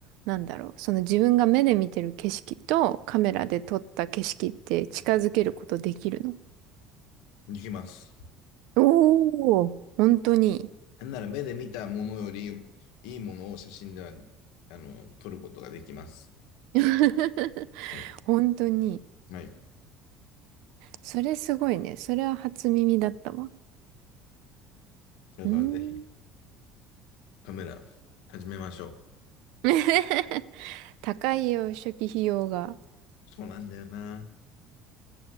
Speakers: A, on the right; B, on the left.
A: なんだろう、その自分が目で見てる景色とカメラで撮った景色って近づけることできるの。
B: いきます。
A: おお。本当に、
B: なんなら目で見たものよりいいものを写真ではあの撮ることができます。
A: <laughs>
B: はい。
A: 本当に。
B: はい。
A: それすごいね。それは初耳だったわ。
B: だからぜひ
A: うーん。
B: カメラ始めましょう。
A: <laughs> 高いよ、初期費用が。
B: そうなんだよな。